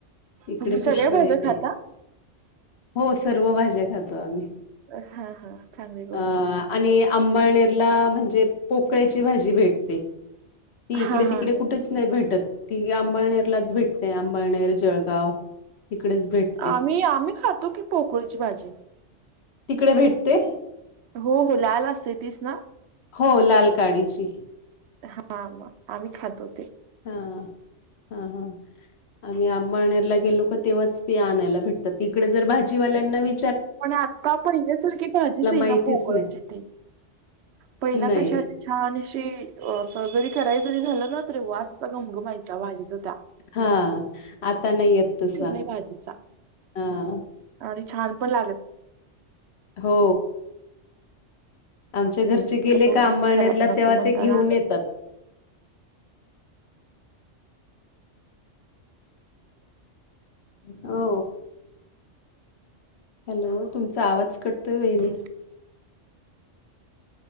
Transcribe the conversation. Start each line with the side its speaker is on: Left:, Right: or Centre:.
Left: इकडे
Right: तुम्ही सगळ्या
Left: पुष्कळ
Right: भाज्या
Left: येते
Right: खाता?
Left: हो सर्व भाज्या खातो आम्ही
Right: हा हा चांगली गोष्ट.
Left: अ आणि आंबळनेरला म्हणजे पोकळ्याची भाजी भेटते ती इकडे
Right: हा हा
Left: तिकडे कुठेच नाही भेटत ती अंबळनेरलाच भेटते अंबळनेर जळगाव तिकडेच भेटते
Right: आम्ही आम्ही खातो की पोकरीची भाजी
Left: तिकडे भेटते.
Right: हो हो लाल असते तीच ना
Left: हो लाल काडीची..
Right: हा आम्ही खातो ते.
Left: हा हा हा. आम्ही आंबा आणारला गेलो का तेव्हाच ते आणायला भेटतात तिकडे जर भाजीवाल्यांना वि
Right: पण आता पहिल्यासारखी भाजीच आहे
Left: माहितीच
Right: ना पोगळची
Left: नाही
Right: ते पहिला
Left: नाही.
Right: कशी अशी छान अशी सर्जरी कराय जरी झालं ना वास असा वास असा घमघनाट्याचा भाजीचा सुद्धा.
Left: हा आता नाही येत तसा
Right: नाही भाजीचा.
Left: हा.
Right: आणि छान पण लागत.
Left: हो आमच्या घरचे गेले
Right: नाही
Left: का
Right: उगीच
Left: आंबळनेरला
Right: खराब नको
Left: तेव्हा
Right: म्हणताना.
Left: ते घेऊन येतात. हो हॅलो तुमचा आवाज कटतोय वहिणी
Right: <unintelligible>